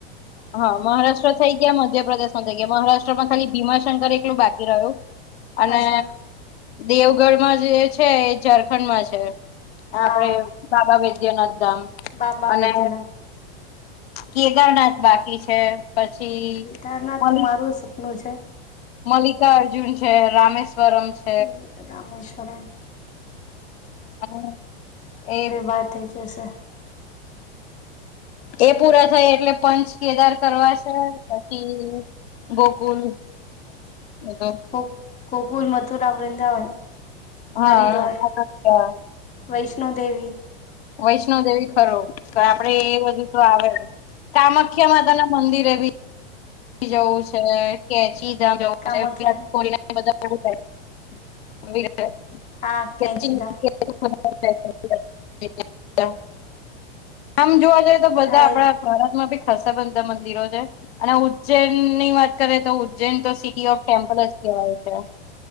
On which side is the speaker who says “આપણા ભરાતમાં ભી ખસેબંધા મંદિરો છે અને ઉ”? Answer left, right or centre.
Left